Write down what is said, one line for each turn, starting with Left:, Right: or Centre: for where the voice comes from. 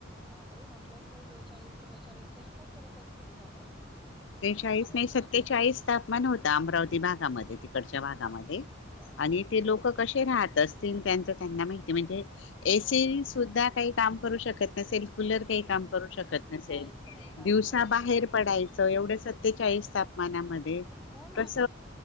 Centre: बापरे म्हटलं ना त बेचाळीस, त्रेचाळीस कसे काय करत असतील बाबा.
Left: बेचाळीस
Centre: आम्हाला
Left: नाही सत्तेचाळीस.
Centre: ते
Left: तापमान होता. अमरावती भागामध्ये, तिकडच्या भागामध्ये
Centre: बाप- बापरे!
Left: आणि ते लोक
Centre: डेंजर.
Left: कसे राहत अस. त्यांच त्यांना माहिती म्हणजे
Centre: हो.
Left: एसी सुद्धा काही काम करू शकत नसेल. <inaudible> काही काम करू शकत नसेल
Centre: काहीच नाही, काहीच
Left: दिवसा
Centre: नाही.
Left: बाहेर पडायचं एवढे सतेचाळीस ताप. मनामध्ये
Centre: हो
Left: कस